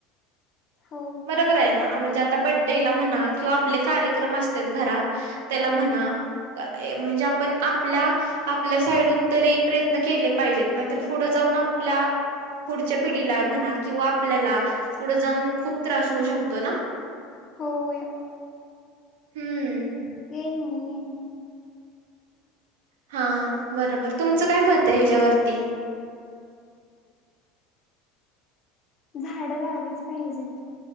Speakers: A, on the left (about 45°); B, on the right (about 85°).
A: हो
B: बरोबर आहे ना म्हणजे आता
A: हो
B: बड्डेला म्हणा किंवा आपले कार्यक्रम असतात घरात त्याला
A: हम्म
B: म्हणा म्हणजे आपण आपल्या आपल्या साईडून तरी प्रयत्न केले पाहिजेत नाहीतर पुढं जाऊन आपल्या पुढच्या पिढीला म्हणा किंवा आपल्याला पुढे जाऊन खूप त्रास होऊ शकतो ना
A: होय
B: हम्म
A: येईन मी येईन मी
B: हा बरोबर तुमचं काय मत आहे हच्यावरती
A: झाड लावलीच पाहिजेत